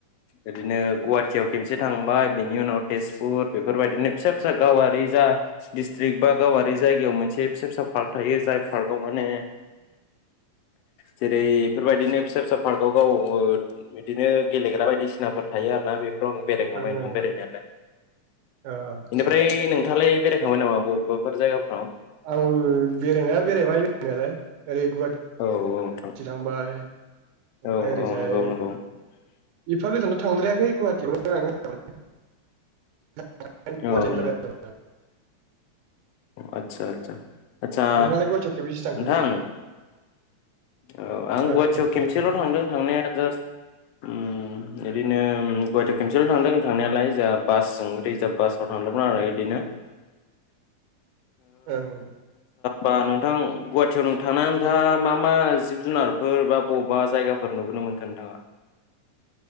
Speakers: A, on the left; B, on the right.
A: ओरैनो गुवाहाटियाव खेमसे थांबाय बिनि उनाव तेजपुर बेफोरबायदिनो फिसा फिसा गावारि जा डिस्ट्रिक्ट बा गावारि जायगायाव मोनसे फिसा फिसा पार्क थायो जाय पार्कआव माने जेरै बेफोरबायदिनो फिसा फिसा पार्कआव गाव ओ बिदिनो गेलेग्रा बायदिसिनाफोर थायो आरोना बे फोराव बेरायखांबाय
B: ओं
A: नोंथां
B: ओं
A: बेरायनायालाय
B: ओ आदसा
A: बेनिफ्राय नोंथाङालाय बेराय थांबाय नामा बबावबा फोर जायगाफ्राव?
B: आंबो बेरायनाया बेरायबाय बे रायनायालाय। ओरै गुवाहाटि
A: औ नोंथां
B: थांबाय ओमफाय
A: औ
B: ओरैजाय
A: औ नंगौ नंगौ
B: एफा गोजानाव थांद्रायाखै गुवाहाटियावनो थांनाय जाबाय। <unintelligible> गुवाहाटियानो
A: औ नंगौ
B: जाबाय आरो नोंना?
A: आदसा आदसा आदसा
B: नोंथाङालाय गुवाहाटियाव खेबबेसे थांखो
A: नोंथां
B: बायदि
A: औ आं
B: आदसा
A: गुवाहाटियाव खेमसेल'
B: नोंथां
A: थांदों थांनाया जास्ट उम इदिनो गुवाहाटि खेमसेल थांदों थांनायालाय जोंहा बासजों रिजार्भ बासाव थांदोंमोन आरो इदिनो।
B: ओं ओं
A: बा नोंथां गुवाहाटियाव नों थांना नोंथाङा मा मा जिब जुनारफोर बा बबा जायगाफोर नुुबोनो मोनखो नोंथाङा?